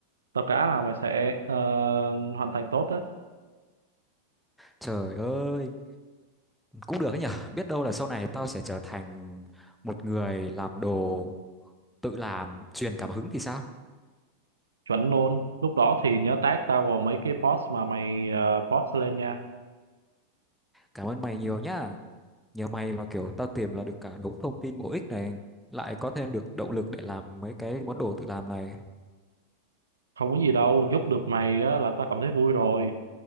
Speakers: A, on the right; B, in the centre.
A: Tao cá là mày sẽ ờ, hoàn thành tốt á,
B: trời ơi cũng được ấy nhở biết đâu là sau này tao sẽ trở thành một người làm đồ tự làm truyền cảm hứng thì sao
A: chuẩn luôn. Lúc đó thì nhớ tag tao vào mấy cái post mà mày ờ, post lên nha.
B: cảm ơn mày nhiều nhá nhờ mày mà kiểu tao tìm là được cả đống thông tin bổ ích này lại có thêm được động lực để làm mấy cái món đồ tự làm này
A: Không có gì đâu, giúp được mày á, là tao cảm thấy vui rồi.